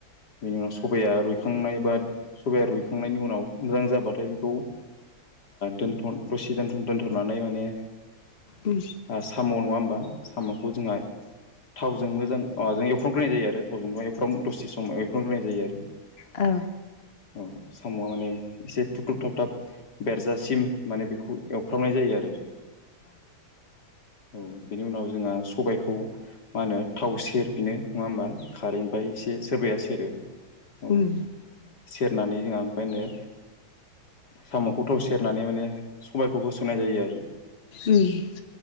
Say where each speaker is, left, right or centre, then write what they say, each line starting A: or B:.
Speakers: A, on the left (about 55°); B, on the left (about 35°).
A: बेनि उनाव सबाया रुय रुइखांनाय बा सबाया रुइखांनायनि उनाव मोजां जाबाथाय बेखौ दोन' दसे दोन दोनथ'नानै माने
B: ओम
A: आ साम' नङा होमबा साम'खौ जोंहा थावजों मोजां अह जों एफ्रावग्रोनाय जायो आरो थावजोंथ' एफफ्राम दसे समाव एफ्रनोग्रोननाय जायो आरो।
B: ओ
A: औ साम'आ माने एसे थुथुब थाबथाब बेरजासिम माने बेखौ एवफ्रावनाय जायो आरो। औ बेनि उनाव जोंहा सबायखौ मा होनो थाव सेर बेनो नङा होमबा खारैनिफ्राय एसे सोरबाया सेरो औ।
B: उम
A: सेरनानै जोंहा ओमफ्रायनो साम'खौ थाव सेरनानै माने सबायखौ होसननाय जायो आरो।
B: उम